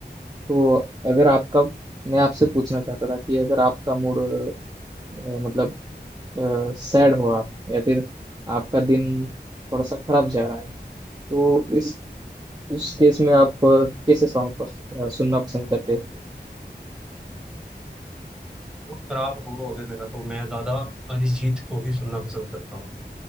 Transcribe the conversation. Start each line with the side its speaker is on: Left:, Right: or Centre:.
Right: तो अगर आपका मैं आपसे पूछना चाहता था कि अगर आपका मूड अ, मतलब सैड हो आप या फिर आपका दिन थोड़ा सा खराब जा रहा है तो इस उस केस में आप अ, कैसे सॉन्ग पस, अ, सुनना पसंद करते हैं
Centre: मूड खराब हो अगर मेरा तो मैं ज्यादा अरिजीत को भी सुनना पसंद करता हूँ